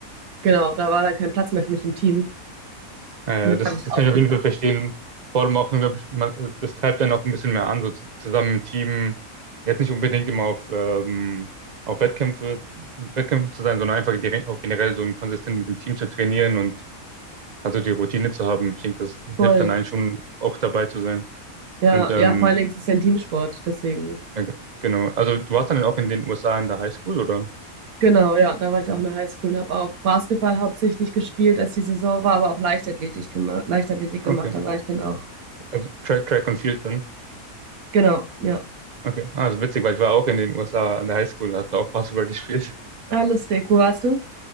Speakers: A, on the right; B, on the right.
A: genau, da war dann kein Platz mehr für mich im Team.
B: Äh,
A: Und dann
B: das,
A: habe ich
B: das
A: aufgehört.
B: kann ich auf jeden Fall verstehen. Vor allem auch, glaube ich, man, äh, das treibt einen auch ein bisschen mehr an, so zu- zusammen im Team, jetzt nicht unbedingt immer auf, ähm, auf Wettkämpfe, Wettkämpfen zu sein, sondern einfach direkt, auch generell so ein konsistent mit dem Team zu trainieren und also die Routine zu haben. Ich denke, das
A: Voll.
B: hilft dann einen schon auch dabei zu sein.
A: Ja,
B: Und ähm,
A: ja, vor allen Dingen ist es ja ein Teamsport, deswegen.
B: ja, g- genau. Also du warst dann auch in den USA in der Highschool, oder?
A: Genau, ja, da war ich auch in der Highschool und habe auch Basketball hauptsächlich gespielt, als die Saison war, aber auch Leichtathletik gemacht, Leichtathletik gemacht,
B: Okay.
A: da war ich dann auch.
B: Also Track, Track und Field dann.
A: Genau, ja.
B: Okay. Ah, das ist witzig, weil ich war auch in den USA an der Highschool, hatte auch Basketball <laughs> gespielt
A: Ah, lustig. Wo warst du?